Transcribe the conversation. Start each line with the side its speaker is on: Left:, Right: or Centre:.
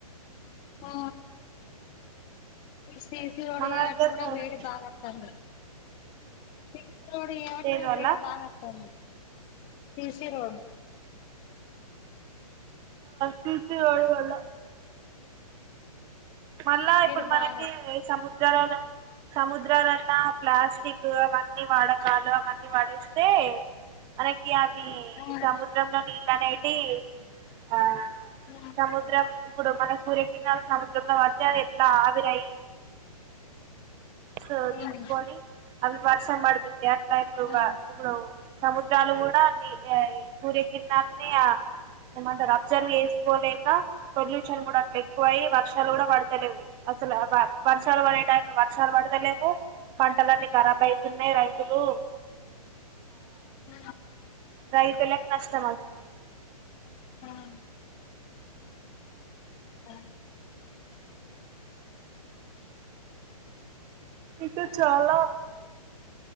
Left: ఆ సిసి రోడ్
Right: మన
Left: ఏట్టు
Right: దగ్గరనే
Left: కూడా వేడి
Right: ఉంది
Left: బాగా వాతాంది సి రోడ్ చేయబట్టి
Right: దేనివల్ల
Left: కూడ వేడి బాగా అతంది C C road
Right: C C road వల్ల మళ్ళా
Left: వేడి
Right: ఇప్పుడు
Left: బాగా
Right: మనకి ఈ సముద్రరాల సముద్రాలన్నా ప్లాస్టిక్ అవన్నీ వాడకాలు అవన్నీ పడేస్తే మనకి ఇగ అవ్వి
Left: ఆ
Right: సముద్రంలో నీ నీళ్ళు అనేటి ఆ
Left: ఆ
Right: సముద్రం ఇప్పుడు మన సూర్యకిరణాలు సము ఎ వచ్చద <unintelligible> ఎట్లా ఆవిరయి సో
Left: ఆ
Right: తీసుకోని అవి వర్షం పడతాది ఏట్లా అయితే <unintelligible>
Left: ఆ
Right: ఇప్పుడు సముద్రాలు కూడా అన్ని ఆ ఇ సూర్యకిరణాన్ని ఆ ఏమంటారు అబ్జర్వ్ చేసుకోలేక పొల్యూషన్ కూడా అట్లా ఎక్కువ అయి వర్షాలు కూడా పడతలేవు అసలు <inaudible> <unintelligible> వర్షాలు పడే టైం పడతలేవు పంటలున్నీ ఖరాబ్ అయితున్నాయి రైతులు
Left: ఉ
Right: రైతులకు నష్టం అవుతుంది
Left: ఆ అ
Right: ఇకా చాలా